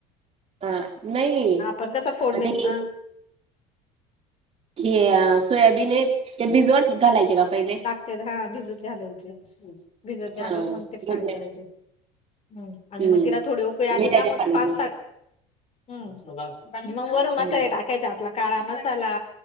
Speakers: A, on the right (about 35°); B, on the left (about 40°).
A: ह नाही.
B: पण कस फोडण्यात
A: आणि
B: म
A: हे सोयाबीन आहे ते भिजवत घालायचे का पहिले
B: त्यात हा भिजत घालायचे भिजत घालून
A: हा
B: मग ते फ्राय
A: म्हणजे
B: करायचे. हम्म आणि
A: हम्म
B: मग तिला थोडी उकळी आली
A: मिठाच्या
B: का मग
A: पाण्यात
B: पाचता् <unintelligible> हम. मग वरू मसाले
A: हो
B: टाकायचे आपला काळा मसाला